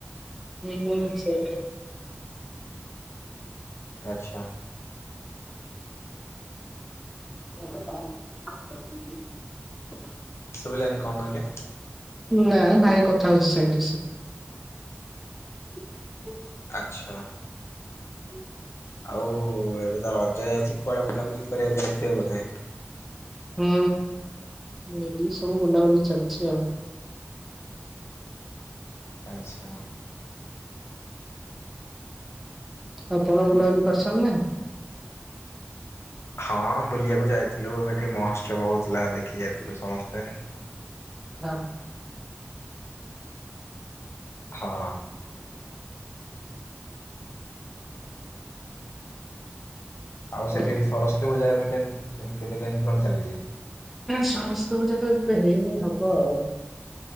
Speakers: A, in the centre; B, on the left.
A: ହୁଁ ସେ
B: ଆଚ୍ଛା।
A: <unintelligible>
B: ବୁଲାନି କଣ କହିଲେ?
A: ନା ଭାଇ କଥା ହଉଛି ସେଇଠ ସେ। <unintelligible>
B: ଆଚ୍ଛା।
A: ହୁଁ।
B: ଆଉ ଏବେ ତ ରଜ ଯାଇଛି କୁଆଡେ ବୁଲାବୁଲି କରିବାକୁ ଯାଇଥିବ ବୋଧେ।
A: ହୁଁ ଏ ସବୁ ବୁଲାବୁଲି ଚାଲିଛି ଆଉ।
B: ଆଚ୍ଛା।
A: ଆପଣ ବୁଲାବୁଲି କରିଛନା ନା କି?
B: ହଁ ବୁଲିବାକୁ ଯାଇଥିଲୁ ଏଠି ମହୋତ୍ସବ ହଉଥିଲା ଦେଖି ଯାଇଥିଲୁ ସମସ୍ତେ।
A: ହଁ।
B: ହଁ। ଆଉ
A: ହଁ
B: ସେଠି ସରସ୍ଵତୀ ପୂଜା ପାଇଁ କେ କେବେ କେମିତି କଣ ଚାଲିଛି?
A: ସମସ୍ତଙ୍କୁ ଯଦି ହେଇନି ହବ ଆଉ